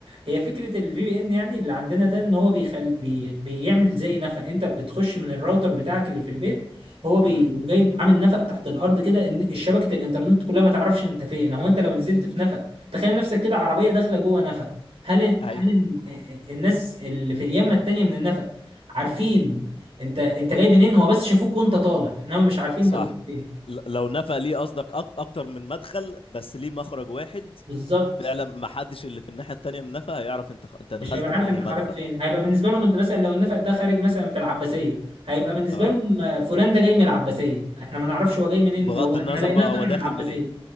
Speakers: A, on the right (about 75°); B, on the left (about 70°).
A: هي فكره الفي بي ان يعني اللي عندنا ده ان هو بيخل... بي... بيعمل زي نفق انت بتخش من الراوتر بتاعك اللي في البيت هو بيقوم
B: امم
A: جاي عامل نفق تحت الارض كده ان شبكه الانترنت كلها ما تعرفش انت فين هو انت لو نزلت في نفق تخيل نفسك كده عربيه داخله جوه نفق هل
B: ايوه
A: هل ال- الناس اللي في اليمه التانيه من النفق عارفين انت انت جاي منين هو بس شافوك وانت طالع انما مش عارفين
B: صح
A: انت كنت فين
B: ل- لو نفع ليه قصدك أك- اكتر من مدخل بس ليه مخرج واحد
A: بالظبط
B: فعلا ما حدش اللي في الناحيه التانيه من نفع هيعرف انت خ- انت دخلت
A: مش هيبقى عارف
B: من انهي
A: انت
B: مدخل
A: خرجت فين هيبقى بالنسبه لهم انت مثلا لو النفق ده خارج مثلا في العباسيه هيبقى بالنسبه
B: اه
A: لهم آه، فلان ده جاي من العباسيه احنا ما نعرفش هو جاي منين
B: بغض
A: لو احنا
B: النظر
A: لقيناه
B: بقى
A: طالع
B: هو
A: من
B: داخل
A: العباسيه
B: منين